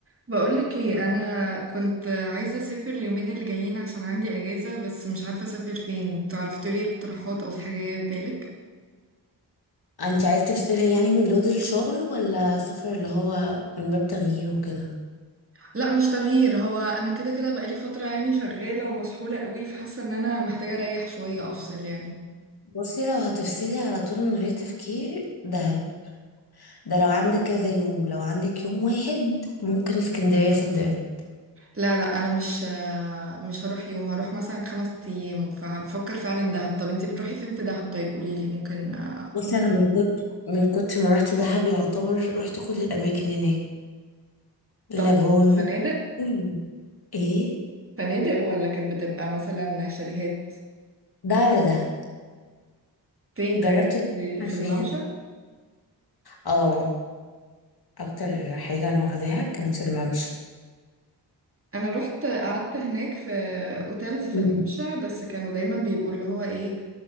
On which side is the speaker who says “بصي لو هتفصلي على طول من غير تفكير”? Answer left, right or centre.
Left